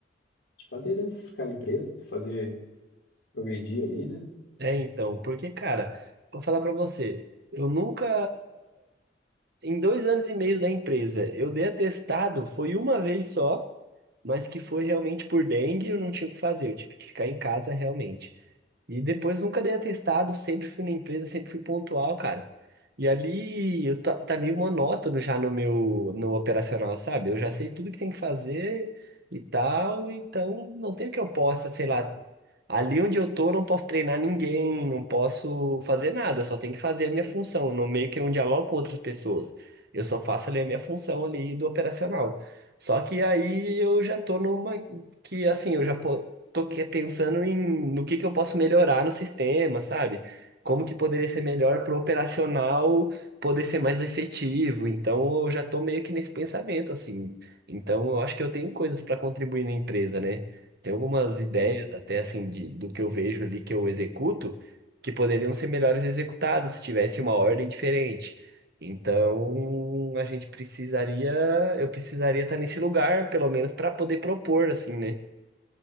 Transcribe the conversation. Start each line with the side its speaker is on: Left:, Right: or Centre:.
Left: te fazer, né, ficar na empresa, te fazer progredir ali, né?
Right: É, então, porque, cara, vou falar pra você, eu nunca em dois anos e meio da empresa, eu dei atestado, foi uma vez só, mas que foi realmente por dengue, eu não tinha o que fazer, eu tive que ficar em casa realmente. E depois nunca dei atestado, sempre fui na empresa, sempre fui pontual, cara. E ali eu tá, tá meio monótono já no meu no operacional, sabe? Eu já sei tudo que tem que fazer e tal, então não tem o que eu possa, sei lá, ali onde eu tô, eu não posso treinar ninguém, não posso fazer nada, eu só tenho que fazer a minha função, eu não meio que não dialogo com outras pessoas. Eu só faço ali a minha função ali do operacional. Só que aí eu já tô numa que assim, eu já po- tô que- pensando em no que que eu posso melhorar no sistema, sabe? Como que poderia ser melhor pro operacional poder ser mais efetivo. Então eu já tô meio que nesse pensamento assim. Então eu acho que eu tenho coisas para contribuir na empresa, né? Tem algumas ideias
Left: Pô,
Right: até assim de, do que eu vejo ali que eu executo que poderiam ser melhores executadas se tivesse uma ordem diferente. Então, a gente precisaria, eu precisaria estar nesse lugar, pelo menos para poder propor, assim, né?